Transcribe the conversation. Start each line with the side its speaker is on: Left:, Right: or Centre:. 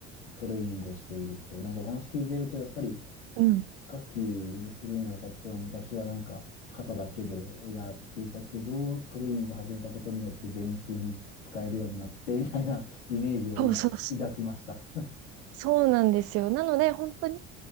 Left: トレーニングをしていると。なんかお話聞いてると、やっぱり、
Right: うん。
Left: ヒカキンするにあたっては昔はなんか肩だけでやっていたけど、トレーニング始めたことによって全身使えるようになって、みたいなイメージを今抱きました。
Right: そうそうそう。そうなんですよ。なので、本当に